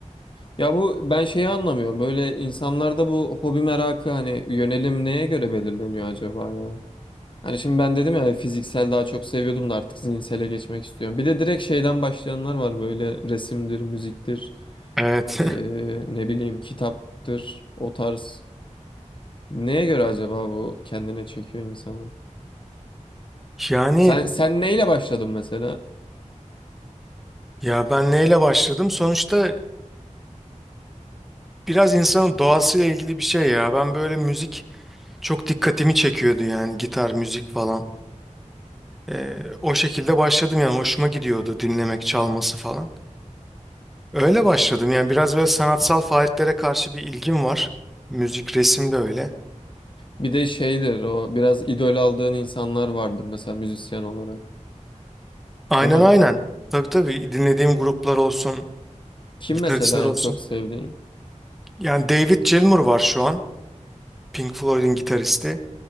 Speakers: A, on the left; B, in the centre.
A: Ya bu ben şeyi anlamıyorum. Böyle insanlarda bu hobi merakı hani yönelim neye göre belirleniyor acaba ya? Hani şimdi ben dedim ya fiziksel daha çok seviyordum da artık zihinsele geçmek istiyorum. Bir de direkt şeyden başlayanlar var böyle resimdir, müziktir,
B: Evet. <laughs>
A: eee, ne bileyim kitaptır o tarz. Neye göre acaba bu kendine çekiyor insanı?
B: Yani
A: Sen sen neyle başladın mesela?
B: ya ben neyle başladım? Sonuçta biraz insanın doğasıyla ilgili bir şey ya. Ben böyle müzik çok dikkatimi çekiyordu yani gitar, müzik falan. Ee, o şekilde başladım yani hoşuma gidiyordu dinlemek, çalması falan. Öyle başladım yani biraz böyle sanatsal faaliyetlere karşı bir ilgim var. Müzik, resim de öyle.
A: Bir de şeydir o biraz idol aldığın insanlar vardır mesela müzisyen olarak.
B: Aynen
A: Değil mi?
B: aynen. Tabii tabii dinlediğim gruplar olsun,
A: Kim
B: gitaristler
A: mesela
B: olsun.
A: en çok sevdiğin?
B: Yani David Gilmour var şu an. Pink Floyd'un gitaristi.